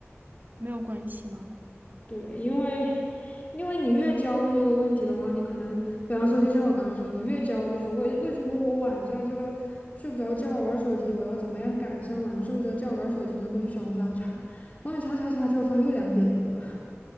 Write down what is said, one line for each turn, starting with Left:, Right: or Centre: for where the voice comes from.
Right: 没有关系吗？
Left: 对，因为因为你越焦虑这个问题的话，你可能，比方说，就像我刚刚说，你越焦虑说为为什么我晚上这个睡不着觉玩手机，我要怎么样改善晚上睡不着觉玩手机，你就会去小红书上查，然后你查查查，结果发现又两点了，对吧？